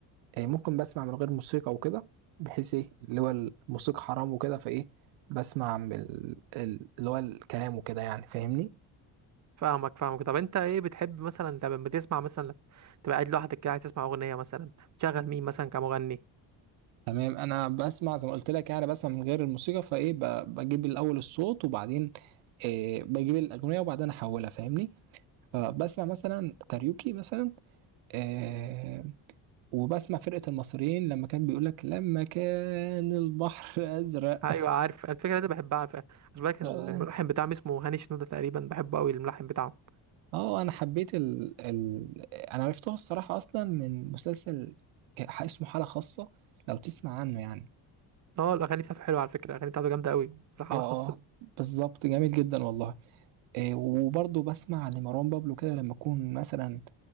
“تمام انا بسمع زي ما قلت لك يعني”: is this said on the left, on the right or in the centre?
Right